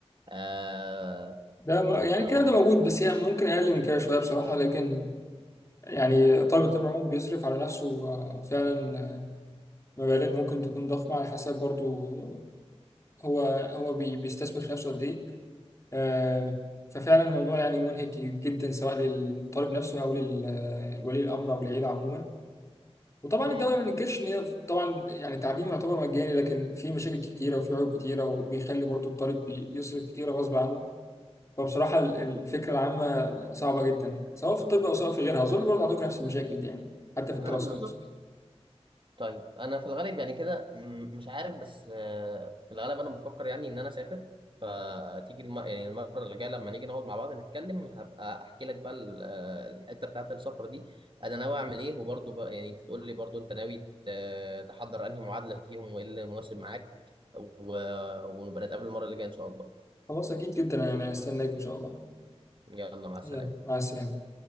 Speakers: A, on the right; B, on the left.
A: آه،
B: ده م- يعني
A: آه،
B: الكلام ده موجود بس هي ممكن اقل من كده شويه بصراحه لكن يعني طالب الطب عموما بيصرف على نفسه آه، فعلا آه، مبالغ ممكن تكون ضخمه على حسب برضه هو هو بي- بيستثمر في نفسه قد ايه آه، ففعلا الموضوع يعني منهك جدا سواء للطالب نفسه او للولي الامر او العيله عموما وطبعا
A: امم
B: الدوله ما بننكرش ان هي طبعا يعني التعليم يعتبر مجاني لكن في مشاكل كتيره وفي عيوب كتيره وبيخلي برضو الطالب بي- يصرف كتيره غصب عنه فبصراحه ال- الفكره العامه صعبه جدا سواء في الطب او سواء في غيرها اظن برضو عندكم نفس المشاكل دي يعني حتى في الدراسه
A: اه بالظبط
B: مثلا
A: طيب انا في الغالب يعني كده مم، مش عارف بس آه، في الغالب انا بفكر يعني ان انا اسافر فتيجي الم... يعني المره اللي جايه لما نيجي نقعد مع بعض نتكلم هبقى احكي لك بقى ال- آه، الحته بتاعه السفر دي انا ناوي اعمل ايه وبرضه بقى يعني انت تقول لي برضه انت ناوي ت- تحضر انهي معادله فيهم وايه اللي مناسب معاك و... ونبقى نتقابل المره اللي جايه ان شاء الله
B: خلاص اكيد جدا انا هستناك ان شاء الله
A: يلا مع السلامه
B: يلا مع السلامه